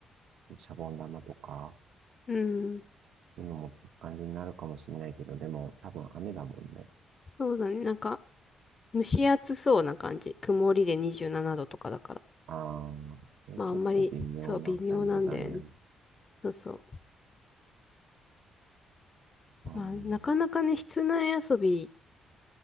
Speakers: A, on the right; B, on the left.
A: シャボン玉とか、
B: うん。
A: そういうの持っていく感じになるかもしれないけど、でも多分雨だもんね。
B: そうだね。なんか、蒸し暑そうな感じ。曇りで27度とかだから。
A: ああ、それちょっと微妙な感じだね。
B: まあ、あんまり、そう、微妙なんだよね。そうそう。
A: うん、
B: まあ、なかなかね、室内遊び